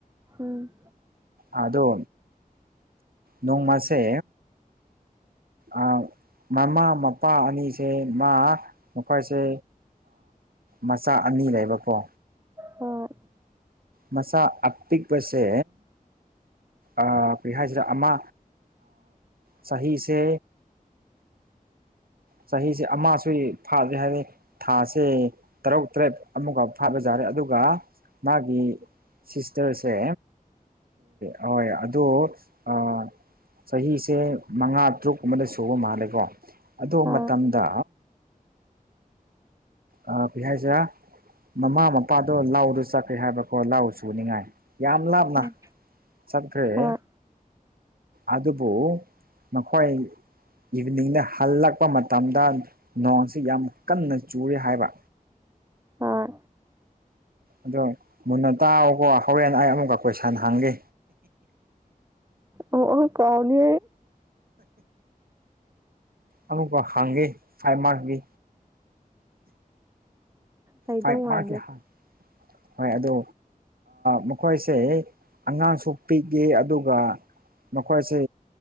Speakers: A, on the right; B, on the right.
A: ꯎꯝ
B: ꯑ ꯑꯗꯣ ꯅꯣꯡꯃꯁꯦ ꯑꯥ ꯃꯃꯥ ꯃꯄꯥ ꯑꯅꯤꯁꯦ ꯃꯥ ꯃꯈꯣꯏꯁꯦ ꯃꯆꯥ ꯑꯅꯤ ꯂꯩꯕꯀꯣ
A: ꯍꯣꯏ
B: ꯃꯁꯥ ꯑꯄꯤꯛꯄꯁꯦ ꯑꯥ ꯀꯔꯤ ꯍꯥꯏꯁꯤꯔ ꯑꯃ ꯆꯍꯤꯁꯦ ꯆꯍꯤꯁꯦ ꯑꯃꯁꯨ ꯐꯥꯗ꯭ꯔꯤ ꯍꯥꯏꯗꯤ ꯊꯥꯁꯦ ꯇꯔꯨꯛ ꯇꯔꯦꯠ ꯑꯃꯒ ꯐꯥꯕ ꯌꯥꯔꯦ ꯑꯗꯨꯒ ꯃꯥꯒꯤ ꯁꯤꯁꯇꯔꯁꯦ ꯍꯣꯏ ꯑꯗꯣ ꯑꯥ ꯆꯍꯤꯁꯦ ꯃꯉꯥ ꯇꯔꯨꯛꯀꯨꯝꯕꯗ ꯁꯨꯕ ꯃꯥꯜꯂꯦꯀꯣ ꯑꯗꯨ
A: ꯍꯣꯏ
B: ꯃꯇꯝꯗ ꯑꯥ ꯀꯩ ꯍꯥꯏꯁꯤꯔ ꯃꯃꯥ ꯃꯄꯥꯗꯣ ꯂꯥꯎꯗꯣ ꯆꯠꯈꯔꯦ ꯍꯥꯏꯕꯀꯣ ꯂꯥꯎ ꯁꯨꯅꯤꯡꯉꯥꯏ ꯌꯥꯝ ꯂꯞꯅ
A: ꯎꯝ
B: ꯆꯠꯈꯔꯦ
A: ꯍꯣꯏ
B: ꯑꯗꯨꯕꯨ ꯃꯈꯣꯏ ꯏꯚꯤꯅꯤꯡꯗ ꯍꯜꯂꯛꯄ ꯃꯇꯝꯗ ꯅꯣꯡꯁꯤ ꯌꯥꯝ ꯀꯟꯅ ꯆꯨꯔꯦ ꯍꯥꯏꯕ
A: ꯍꯣꯏ
B: ꯑꯗꯣ ꯃꯨꯟꯅ ꯇꯥꯎꯑꯣꯀꯣ ꯍꯣꯔꯦꯟ ꯑꯩ ꯑꯃꯨꯛꯀ ꯀꯣꯏ ꯁꯟ ꯍꯥꯡꯒꯦ
A: ꯑꯣ ꯑꯣ ꯀꯥꯎꯅꯤ
B: ꯑꯗꯨꯀꯣ ꯍꯥꯡꯒꯦ ꯐꯥꯏꯚ ꯃꯥꯛꯒꯤ
A: ꯍꯩꯗꯧ
B: ꯐꯏꯞ
A: ꯃꯥꯟꯗꯦ
B: ꯃꯥꯛ ꯀꯤ ꯍꯡ ꯍꯣꯏ ꯑꯗꯣ ꯃꯈꯣꯏꯁꯦ ꯑꯉꯥꯡꯁꯨ ꯄꯤꯛꯏ ꯑꯗꯨꯒ ꯃꯈꯣꯏꯁꯦ